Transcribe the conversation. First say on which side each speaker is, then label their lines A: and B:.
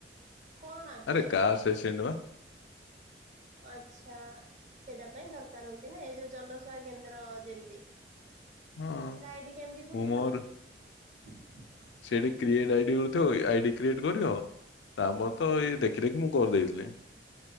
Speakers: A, on the right; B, on the left.
A: କଣ ଆପ୍ଲାଏ
B: ଆରେ କାହା ସେଣ୍ଡ ବା।
A: ଆଚ୍ଛା ସେଇଟା ପାଇଁ ଦରକାର ହଉଛି ନା ଏଇ ଯୋଉ ଜନସେବା କେନ୍ଦ୍ର ଯେମିତି?
B: ହଁ
A: ସଇଟା ଆଇଡି କେମିତି ଖୋଲିଲ?
B: ମୁଁ ମୋର
A: <inaudible>
B: ସେଇଠି କ୍ରିଏଟ ଆଇଡି ହୋଉଥିବ ଆଇଡି କ୍ରିଏଟ କରିବ ତା ପରେ
A: ଓହୋ
B: ତ ଇଏ ଦେଖି ଦେଖି ମୁଁ କରି ଦେଇେଇଥିଲେ।